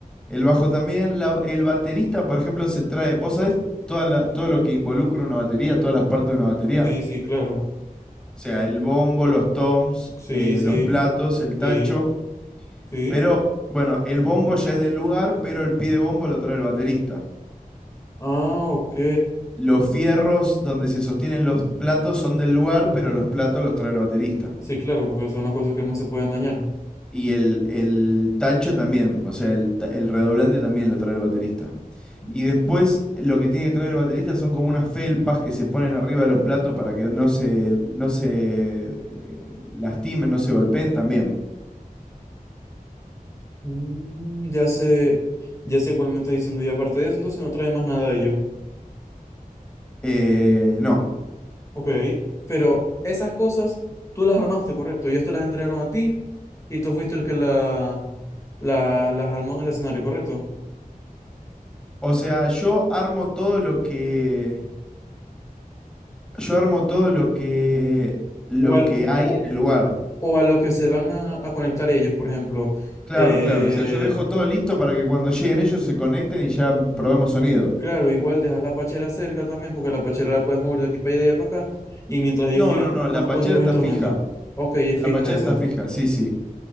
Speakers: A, in the centre; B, on the left.
A: El bajo también, la- el baterista, por ejemplo, se trae, ¿vos sabés toda la- todo lo que involucra una batería, todas las partes de una batería?
B: Sí, sí, claro.
A: O sea, el bombo, los toms,
B: Sí,
A: eh,
B: sí,
A: los platos, el tacho.
B: sí, sí.
A: Pero, bueno, el bombo ya es del lugar, pero el pie de bombo lo trae el baterista.
B: Ah, ok.
A: Los fierros donde se sostienen los platos son del lugar, pero los platos los trae el baterista.
B: Sí, claro, porque son las cosas que más se pueden dañar.
A: Y el, el tacho también, o sea, el, ta- el redoblante también lo trae el baterista.
B: Mm,
A: Y después lo que tiene que traer el baterista son como unas felpas que se ponen arriba de los platos para que no se, no se eh, lastimen, no se golpeen también.
B: mm, ya sé, ya sé cuál me está diciendo. Y aparte de eso, entonces no traen más nada de ellos.
A: Eh, no.
B: Ok. Pero esas cosas tú las armaste, correcto. Ellos te las entregaron a ti y tú fuiste el que la, la- las armó en el escenario, correcto.
A: O sea, yo armo todo lo que. Yo armo todo lo que. lo
B: O, al-
A: que hay
B: o,
A: en el lugar.
B: o a lo que se van a, a conectar ellos, por ejemplo.
A: Claro,
B: eh,
A: claro. O sea, yo dejo todo listo para que cuando lleguen ellos se conecten y ya probemos sonido.
B: Claro, igual dejas la pachera cerca también, porque la pachera la puedes mover de aquí para allá y de allá para acá. Y mientras ellos
A: No,
B: llegan,
A: no, no,
B: pu-
A: la
B: tú
A: pachera
B: pones los
A: está
B: instrumentos.
A: fija.
B: Ok, es
A: La
B: fija
A: Pachera
B: esa.
A: está fija, sí, sí.